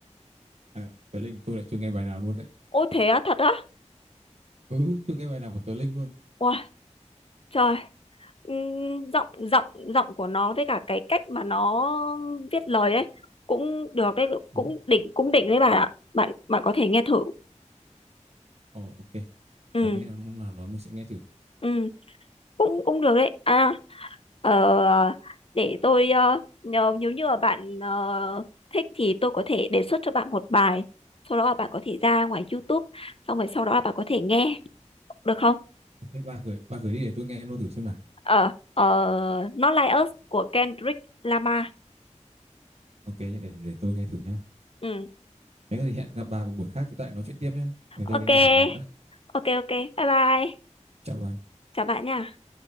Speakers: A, on the right; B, on the left.
A: À, Tờ Linh thì tôi lại chưa nghe bài nào luôn đấy.
B: ôi thế á thật á
A: Ừ, chưa nghe bài nào của Tờ Linh luôn.
B: ôi trời ừm, giọng giọng giọng của nó với cả cái cách mà nó viết lời ấy cũng được đấy
A: Ừ,
B: cũng đỉnh cũng đỉnh đấy bạn ạ bạn bạn có thể nghe thử
A: ồ, ok.
B: ừ
A: Có nghe hôm nào đó mình sẽ nghe thử.
B: ừ cũng cũng được đấy à ờ, để tôi ờ, nhờ, nếu như mà bạn ờ, thích thì tôi có thể đề xuất cho bạn một bài sau đó là bạn có thể ra ngoài YouTube xong rồi sau đó là bạn có thể nghe được không
A: Ok, ba gửi, ba gửi đi để tôi nghe luôn thử xem nào.
B: ờ ờ, Not Like Us của Kendrick Lamar
A: Ok nhé, để để tôi nghe thử nhá.
B: ừ
A: Nếu có gì hẹn gặp bà một buổi khác chúng ta lại nói chuyện tiếp nhá. Để tôi
B: ok
A: đi nghe thử nhạc đã.
B: ok ok bye bye
A: Chào bà.
B: chào bạn nha